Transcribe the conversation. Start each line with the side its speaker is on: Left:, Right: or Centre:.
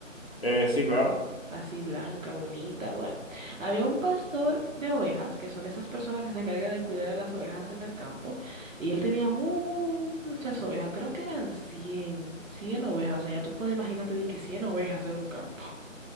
Left: Eh, sí, claro.
Right: así blanca, bonita, bueno. Había un pastor de ovejas, que son esas personas que se encargan de cuidar a las ovejas en el campo, y él tenía muchas ovejas, creo que eran cien cien ovejas, o sea, ya tú puedes imagínate de que 100 ovejas en un campo.